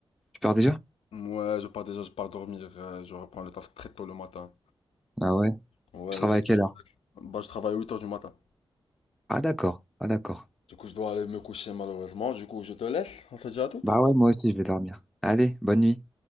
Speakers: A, in the centre; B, on the left.
A: tu pars déjà?
B: Ouais, je pars déjà, je pars dormir, euh, je reprends le taf très tôt le matin.
A: Ah ouais.
B: Ouais,
A: Tu travailles
B: du coup,
A: à quelle
B: je
A: heure?
B: te laisse. Bah, je travaille 8 heures du matin.
A: Ah d'accord, ah d'accord.
B: Du coup, je dois aller me coucher malheureusement. Du coup, je te laisse. On se dit à toutes.
A: Bah ouais, moi aussi, je vais dormir. Allez, bonne nuit.